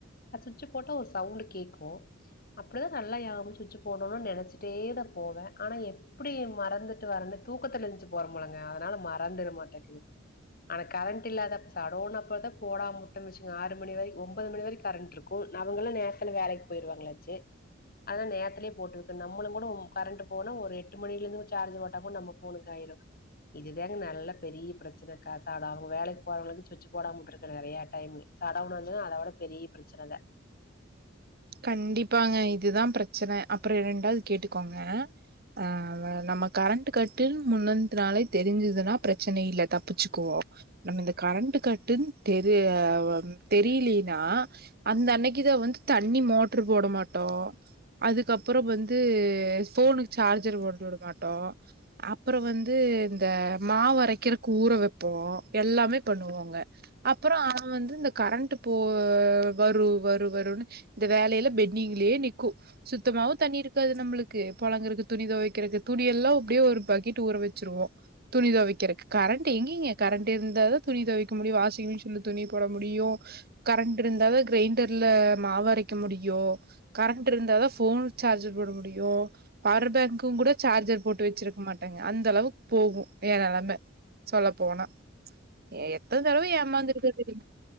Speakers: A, on the left; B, on the right.
A: அ சுச்சு போட்டா ஒரு சவுண்ட் கேக்கு அப்டிதா நல்லா யாவு சுச்சி போடணும்னு நனச்சிட்டே தா போவ ஆனா எப்டி மறந்துட்டு வரேன்னு தூக்கத்துல ஏஞ்சு போறம்பொழுலுங்க அதனால மறந்துட மாட்டேக்குது ஆனா கரண்ட் இல்லாத அப்ப சடோன அப்பதா போடாம முட்டு வச்சுங்க ஆறு மணி வரைக்கு ஒன்போது மணி வரை கரண்ட் இருக் கும் அங்களு நேரத்ல வேலைக்கு போயிருவாங்களாச்சே அதா நேத்துலே போட்டுவுட்டன் நம்மளுங் குடும் கரண்ட்டு போனா ஒரு எட்டு மணிலுந்து ச்சார்ஜ்ஜு போட்டா கூட் நம்ம ஃபோனுக்கு ஆய்ரோ இதிதேங்க நல்ல பெரிய் ப்ரச்சன காசாட அவ்ங்க வேலைக் போறவங்களுக்கு ச்சுச்சு போடாமுட்ருக்கரே நறையா டைமு சடவ்னது அதவிட பெரிய ப்ரச்சனதே
B: கண்டிப்பாங்க இதுதா ப்ரச்சன அப்ற ரெண்டாவ்து கேட்டுக்கோங்க ஆ வ நம்ம கரண்ட் கட்டுன் முன்னன்த்துனாலே தெரிஞ்சுதுனா ப்ரச்சனை இல்ல தப்பிச்சுக்குவோ நம்ம இந்த கரண்ட்டு கட்டுன் தெரேயாவம் தெரிலீனா அந்த அன்னைக்குதா வந்த் தண்ணி மோட்ரு போட மாட்டோ அதுக்கப்றோ வந்து ஃபோனுக் ச்சார்ஜர் போட்டு வுட மாட்டோ அப்ற வந்து இந்த மாவ்வரைக்கிற கூற வெப்போ எல்லாமே பண்ணுவோங்க அப்பறோ அவன் வந்து இந்த கரண்ட்டு போ வரு வரு வருன்னு இந்த வேலைய்ல பெட்னிகிள்யே நிக்கு சுத்தமாவு தண்ணி இருக்காது நம்முளுக்கு புழங்கறக்கு துணி துவைக்கறக்கு துணி எல்லா ஒப்டியே ஒரு பக்கெட் ஊற வச்சிருவோ துணி துவைக்கிறக்கு கரண்ட்டு எங்கிங்க கரண்ட் இர்ந்தாதா துணி துவைக்க முடியு வாஷி மிஷின்ல துணி போட முடியு கரண்ட்ருந்தாவே க்ரைண்டர்ல மாவு அரைக்க முடியு கரண்ட் இருந்தாதா ஃபோன் ச்சார்ஜ்ஜர் போட முடியு பவர் பேங்க்குன் கூட சார்ஜர் போட்டு வச்சிருக் மாட்டாங்க அந்த அளவுக் போகு ஏ நெலம சொல்ல போனா எ எத்தன் தடவ ஏமாந்து <inaudible>